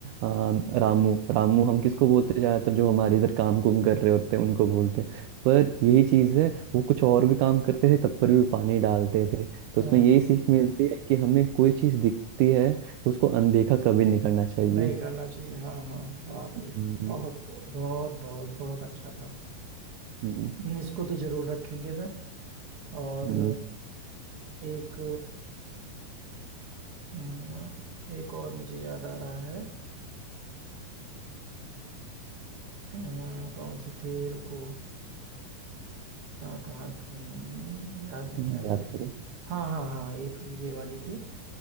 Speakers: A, on the right; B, on the right.
A: आ, रामू रामू हम किसको बोलते ज़्यादातर जो हमारे इधर काम कुम कर रहे होते हैं उनको बोलते हैं पर यही चीज़ है वो कुछ और भी काम करते थे तब पर भी पानी डालते थे तो
B: हम्म।
A: उसमें यही सीख मिलती है कि हमें कोई चीज़ दिखती है तो उसको अनदेखा कभी नहीं करना चाहिए
B: नहीं करना चाहिए हाँ हाँ बाप रे
A: हम्म,
B: बहुत बहुत बहुत बहुत अच्छा था
A: हम्म,
B: इसको तो जरूर रखेंगे मैं और
A: हम्म,
B: अ, एक अ, एक और मुझे याद आ रहा है अ, कौन सी थी रुको हाँ कहाँ अम, याद नहीं
A: हम्म,
B: आ रही
A: याद करो
B: हाँ हाँ हाँ एक ये वाली थी अ,